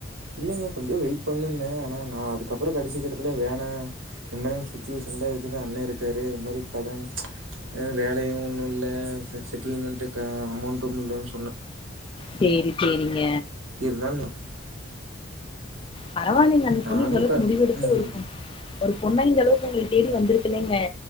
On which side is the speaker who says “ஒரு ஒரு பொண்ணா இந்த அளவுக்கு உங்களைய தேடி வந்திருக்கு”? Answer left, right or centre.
Left